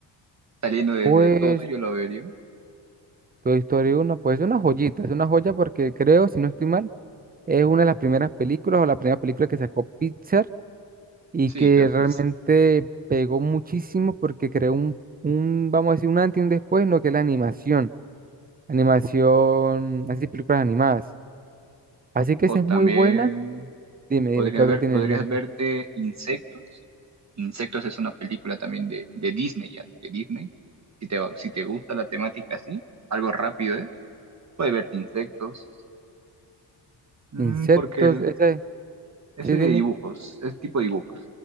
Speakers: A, on the right; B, on the right.
A: saliendo desde
B: Pues
A: todo yo lo vería.
B: Toy Story uno, pues es una joyita, es una joya porque creo, si no estoy mal, es una de las primeras películas o la primera película que sacó Pixar y
A: Sí,
B: que
A: creo
B: realmente
A: que sí.
B: pegó muchísimo porque creó un, un, vamos a decir, un antes y un después en lo que es la animación, animación, así películas animadas. Así que
A: O
B: esa es
A: también
B: muy buena. Dime, dime,
A: podría
B: ¿qué otro
A: ver,
B: tiene
A: podrías
B: en mente?
A: verte Insectos. Insectos es una película también de, de Disney, ya, de Disney. Si te, va- si te gusta la temática así, algo rápido, ¿eh? Puedes verte Insectos, Mm,
B: Insectos,
A: porque el,
B: esa es,
A: ese
B: sí,
A: de
B: dime,
A: dibujos, es tipo dibujos,